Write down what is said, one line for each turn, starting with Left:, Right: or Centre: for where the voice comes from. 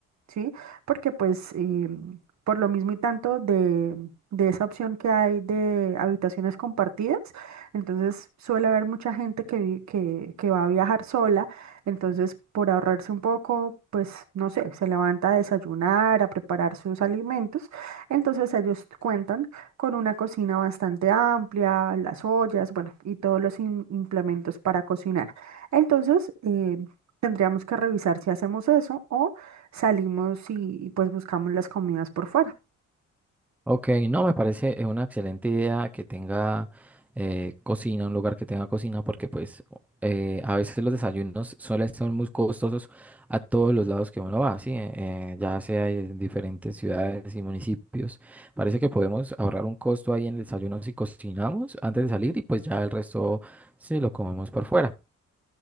Right: ¿sí? Porque pues... em, por lo mismo y tanto de, de esa opción que hay de habitaciones compartidas. Entonces suele haber mucha gente que, vi- que, que va a viajar sola. Entonces, por ahorrarse un poco, pues no sé, se levanta a desayunar, a preparar sus alimentos. Entonces ellos cuentan con una cocina bastante amplia, las ollas, bueno, y todos los in- implementos para cocinar. Entonces, eh, tendríamos que revisar si hacemos eso o salimos y, y, pues buscamos las comidas por fuera.
Centre: Ok, no, me parece eh, una excelente idea que tenga eh, cocina, un lugar que tenga cocina, porque pues eh, a veces los desayunos suelen ser muy costosos a todos los lados que uno va, ¿sí? Eh, eh, ya sea en diferentes ciudades y municipios. Parece que podemos ahorrar un costo ahí en el desayuno si cocinamos antes de salir y pues ya el resto sí lo comemos por fuera.